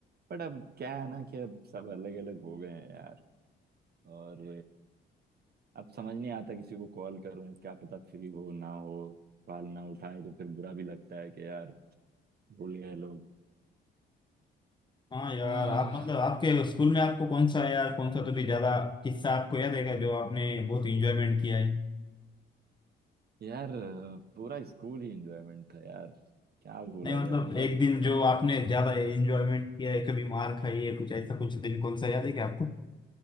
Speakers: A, on the right; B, on the left.
A: बट अब क्या है ना कि अब सब अलग अलग हो गए हैं यार और अब समझ नहीं आता किसी को कॉल करूं क्या पता फ्री हो ना हो कॉल ना उठाए तो फिर बुरा भी लगता है कि यार भूल गए लोग
B: हाँ यार
A: आह
B: आप मतलब आपके स्कूल में आपको कौन सा यार कौन सा तो भी ज्यादा किस्सा आपको याद है जो आपने बहुत इंजॉयमेंट किया है
A: यार पूरा स्कूल ही एंजॉयमेंट था यार क्या बोला
B: नहीं मतलब
A: जाए मतलब
B: एक दिन
A: अ,
B: जो आपने ज्यादा इंजॉयमेंट किया है कभी मार खाई है कुछ ऐसा कुछ दिन कौन सा याद है क्या आपको